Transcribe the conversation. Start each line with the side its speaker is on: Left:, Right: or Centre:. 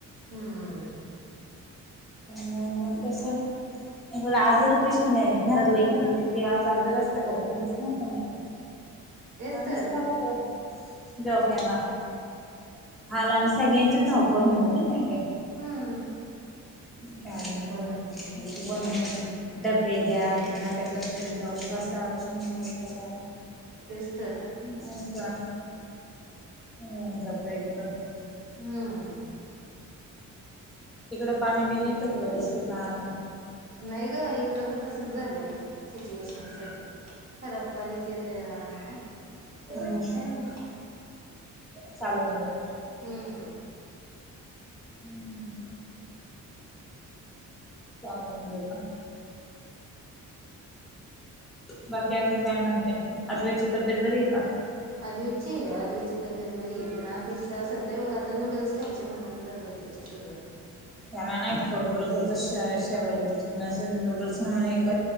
Right: हुं.
Centre: मुळे मग कस बोलू आजारी पेशन नाही घरातलं एखादं व्यक्ती आज आजर असला का, जरा हेच राहतं ना ग.
Right: तेच
Centre: ताणच
Right: तर
Centre: राहातं डोक्याला हाल आणि सगळ्यांचीच धावपळ होऊन जाते नाही कां.
Right: हम्म.
Centre: कारण
Right: कोण एक
Centre: वणवण
Right: एक एक एक
Centre: डब्बे द्या पुन्हा त्यांच्यासोबत जाऊन बसा पुन्हा हे करा.
Right: तेच तर.
Centre: हो का होवून जातंय एकदम.
Right: हम्म.
Centre: तिकडं पाणी बिणी येत व्यवस्थित नळांना.
Right: नाही ग इकडं पण तसंच झालंय सिच्युएशन सध्या. खराब पाणीच येतंय नळांना. पण
Centre: हम्म
Right: मग काय नाही
Centre: चालून जातो.
Right: हम्म.
Centre: हम्म. चालून जात. बाकी अजून काय म्हणते, अद्विकची तब्येत बरी आहे का?
Right: अद्विक ची अद्विकची तब्येत बरीय पण, अद्विक असंच आहे बघ आता नूडल्स खायचे म्हणून चाललीय त्याची सुरुवात.
Centre: याला ना थोडंफार घरचं शेव शेवयायांचे च असं नूडल्स म्हणून हे कर.